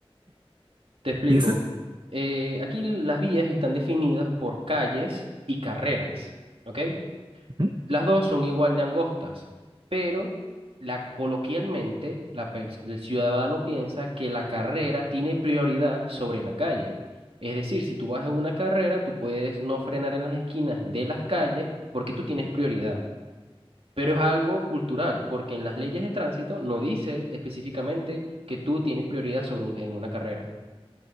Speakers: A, on the right; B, on the right.
A: Te explico.
B: ¿Y eso?
A: Eh, aquí las vías están definidas por calles y carreras, ¿ok?
B: Ujú.
A: Las dos son igual de angostas, pero la, coloquialmente la pers- el ciudadano piensa que la carrera tiene prioridad sobre la calle. Es decir, si tú vas en una carrera, tú puedes no frenar en las esquinas de las calles porque tú tienes prioridad. Pero es algo cultural, porque en las leyes de tránsito no dice específicamente que tú tienes prioridad sobre un- en una carrera.